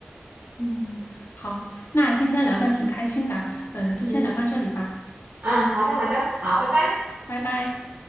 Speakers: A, on the left; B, on the right.
A: 嗯，好，那今天聊的挺开心的，嗯、就先聊到这里吧，
B: 嗯嗯，好的好的，好，拜拜。
A: 拜拜。